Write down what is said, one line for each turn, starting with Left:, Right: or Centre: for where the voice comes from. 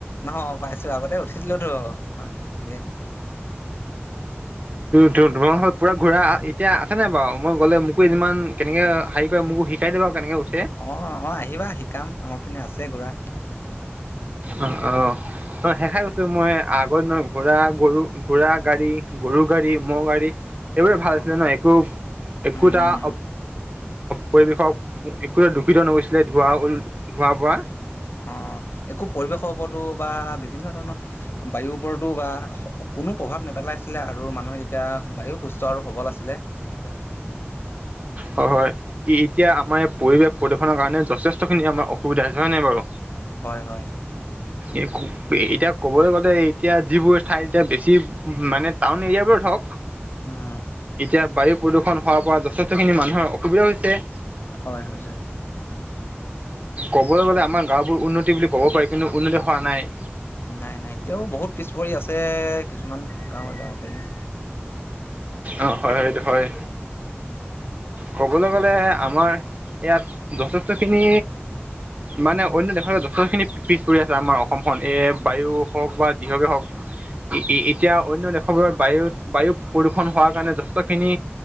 Left: নহ পাইছো, আগতে উঠিছিলোতো ভাল ভাগে
Right: তোমাৰখনৰত পূৰা ঘূৰা এতিয়া আছেনে বাৰু মই গ'লে মোকো এদিন মান কেনেকৈ হেৰি কৰি মোকো শিকাই দ বাৰু কেনেকৈ
Left: অ অ আহিবা শিকাম আমাৰ পিনে আছে ঘুৰা স
Right: উ অ অ শেষাই কৈছো মই আগত নহয় ঘোৰা গৰু ঘোৰা গাড়ী গৰু গাড়ী মহ গাড়ী এইবোৰে ভাল
Left: অ
Right: আছিলে ন একো একোটাব
Left: উম উম
Right: পৰিৱেশক একো দুষিত নগৈছিলে ধোৱা ধৱাৰ পৰা
Left: অ একো পৰিৱেশৰও উপৰতো বা বিভিন্ন ধৰণৰ বায়ুৰ উপৰতো বা কোনো প্ৰভাৱ নেপেলাই আছিলে আৰু মানুহে তেতিয়া বায়ু সুস্থ আৰু সবল আছিলে। তেতিয়া
Right: হয় হয় এতিয়া আমাৰ পৰিৱেশ প্ৰদূষণৰ কাৰণে যথেষ্টখিনি আমাৰ অসুবিধা হৈছে হয় নে নাই বাৰু
Left: হয় হয়
Right: এ খু এতিয়া ক'বলৈ গ'লে এতিয়া যিবোৰ ঠাই এতিয়া বেছি মানে টাউন এৰিয়া বোৰ হওক
Left: উম
Right: এতিয়া বায়ু প্ৰদূষণ হোৱাৰ পৰা যথেষ্টখিনি মানুহৰ অসুবিধা হৈছে।
Left: হয় হৈছে।
Right: ক'বলৈ গ'লে আমাৰ গাঁওবোৰ উন্নতি বুলি ক'ব পাৰি কিন্তু উন্নতি হোৱা নাই।
Left: নাই নাই এতিয়াও বহুত পিছ পৰি আছে। কিছুমান গাঁৱৰ গাঁৱৰ পনে
Right: অ', হয় সটো হয় কবলৈ গলে আমাৰ ইয়াত যথেষ্ট খিনি মানে অন্য দেশলৈ যথেষ্টখিনি পিছ পৰি আচিলে আমাৰ অসমখন এই বায়ু হওক বা যিহকে হওক
Left: আজি
Right: এতিয়া অন্য দেশৰবোৰত বায়ু বায়ু প্ৰদূষণ হোৱাৰ কাৰণে যথেষ্ট খিনি